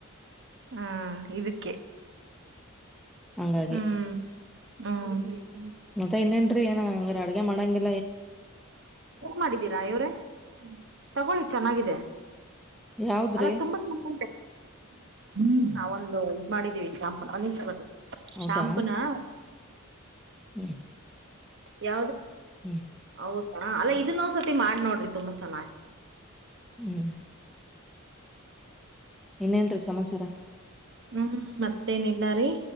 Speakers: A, on the right; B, in the centre.
A: ಹ್ಮ ಇದಕ್ಕೆ
B: ಹಂಗಾಗಿ
A: ಹ್ಮ್ ಹ್ಮ
B: ಮತ್ತ ಇನ್ನೇನ್ರೀ ಏ ಅಂಗ್ರ ಅಡಗೆ ಮಾಡಂಗಗೆ
A: ಮಾಡಿದೀರಾ ಇವ್ರೆ ತಗೊಳ್ಳಿ ಚೆನ್ನಾಗಿದೆ
B: ಯಾವದ್ರಿ
A: ಅಲ್ಲ ತುಂಬಾ ಚ ಇದ್ ಮಾಡಿದೀವಿ ಶಾಂಪೂ
B: ಹೌದಾ
A: ಶಾಂಪೂನಾ
B: ಹ್ಮ್
A: ಯ
B: ಹ್ಮ್
A: ಹೌದಾ ಅಲ್ಲ ಇದನ್ನ ಒಂದ್ಸತಿ ಮಾಡಿ ನೋಡ್ರಿ ತುಂಬಾ ಚ
B: ಹ್ಮ್ ಇನ್ನಂದು ಸಮಮಾಚರ
A: ಹ್ಮ್ ಮತ್ತೇನಿಲ್ಲಾರಿೀ